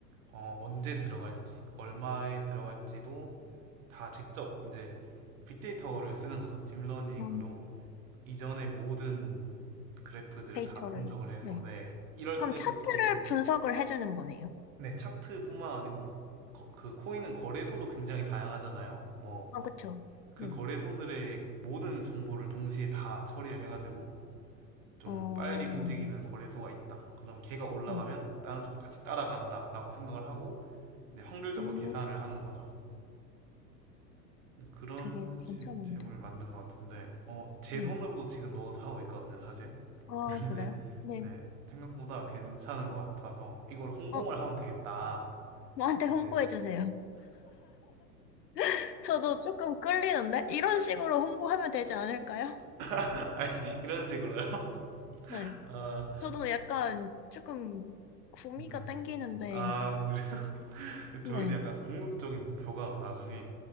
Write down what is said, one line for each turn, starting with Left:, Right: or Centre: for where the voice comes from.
Right: 어, 언제 들어갈지, 얼마에 들어갈지도 다 직접 이제 빅데이터를 쓰는 거죠. 딥러닝으로
Left: 음,
Right: 이전의 모든 그래프들을
Left: 데이터를.
Right: 다 분석을 해서
Left: 네.
Right: 네, 이럴
Left: 그럼
Right: 때
Left: 차트를
Right: 보통
Left: 분석을 해주는 거네요.
Right: 네, 차트뿐만 아니고 거- 그 코인은 거래소도 굉장히 다양하잖아요. 뭐
Left: 아, 그쵸.
Right: 그
Left: 네.
Right: 거래소들의 모든 정보를 동시에 다 처리를 해가지고 좀
Left: 어,
Right: 빨리 움직이는 거래소가 있다. 그럼 걔가 올라가면
Left: 네.
Right: 다른 쪽도 같이 따라간다라고 생각을 하고 이제 확률적으로
Left: 음,
Right: 계산을 하는 거죠. 그런
Left: 되게
Right: 시스템을
Left: 괜찮은데?
Right: 만든 것 같은데 어, 제
Left: 네.
Right: 돈으로도 지금 넣어서 하고 있거든요, 사실.
Left: 어,
Right: <laughs>
Left: 그래요?
Right: 근데
Left: 네.
Right: 네, 생각보다 괜찮은 것 같아서 이걸 홍보만
Left: 어,
Right: 하면 되겠다.
Left: 저한테
Right: 네.
Left: 홍보해 주세요. <laughs> 저도 조금 끌리는데? 이런 식으로 홍보하면 되지 않을까요?
Right: <laughs> 아니, 이런 식으로요. <laughs>
Left: 네.
Right: 아,
Left: 저도 약간 조금 구미가
Right: 네.
Left: 땡기는데,
Right: 아, 그 <laughs> 저희는
Left: 네.
Right: 약간 궁극적인 목표가 나중에